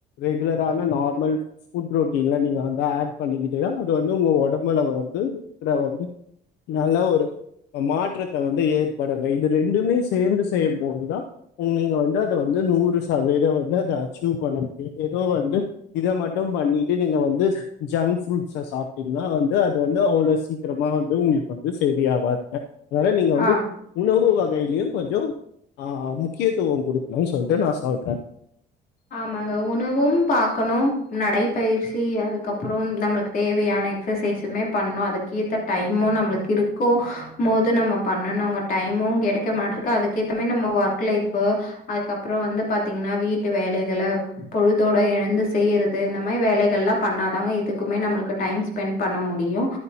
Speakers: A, on the left (about 85°); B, on the left (about 55°).
A: ரெகுலரான நார்மல் ஃபுட் ரொட் நீங்கள நீங்க வந்து ஆட் பண்ணிக்கிட்டீங்க அது வந்து உங்க ஒடம்புல வந்துற வந்து நல்ல ஒரு மாற்றத்த வந்து ஏற்படுங்க இது ரெண்டுமே சேந்து செய்யும்போதுதா <unintelligible> நீங்க வந்து அத வந்து நூறு சதவீத வந்து அத அச்சீவ் பண்ண முடியு ஏதோ வந்து இத மட்டு பண்ணி ட்டு நீங்க வந்து ஜங்க் ஃபுட்ஸ்ச சாப்பிட்டீங்கன்னா வந்து அது வந்து அவ்ளோ சீக்கிரமா வந்து உங்களுக்கு வந்து செரி ஆவதுங்க அதனால நீங்க வந்து
B: ஆ
A: உணவு வகையிலயு கொஞ்சோ ஆ முக்கியத்துவம் குடுக்கனுன்ட்டு சொல்ட்டு நா சொல்றே
B: ஆமாங்க உணவும் பாக்கணும் நடைபயிற்சி அதுக்கப்புறோம் நம்மளுக் தேவையான எக்ஸசைசுமே பண்ணு அதுக்க ஏத்த டைமு நம்மளுக்கு இருக்கும் போது நம்ம பண்ணனுங்க டைமும் கெடைக்க மாட்ட இருக்கு அதுக்கேத்த மாரி நம்ம ஒர்க் லைஃப் அதுக்கப்றோ வந்து பாத்தீங்கன்னா வீட் டு வேலைகள பொழுதோட எழுந்து செய்யறது இந்த மாரி வேலைகள் எல்லா பண்ணாதாங்க இதுக் குமே நம்மளுக்கு டைம் ஸ்பெண்ட் பண்ண முடியு